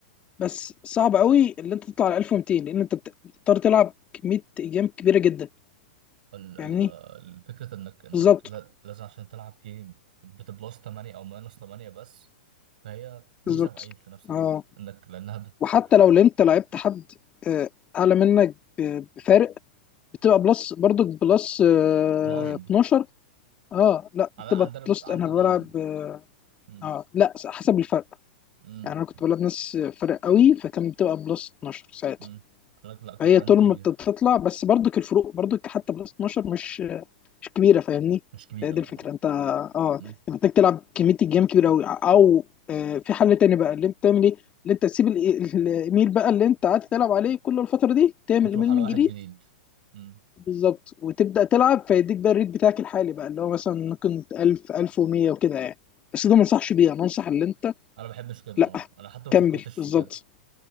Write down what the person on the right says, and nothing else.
ال-
ال- الفكرة انك انك
لا- لازم عشان تلعب جيم بتبلس 8 او ماينس 8 بس فهي ميزة
وعيب في نفس الوقت
انك لانها بت
9
انا
عندنا
عندي
9
امم
امم
امم انا لا كان
عندي
مش كبيرة
لا
مم.
وتروح
على
واحد
جديد امم
انا ما بحبش كده
اه انا حتى ما
فكرتش
في كده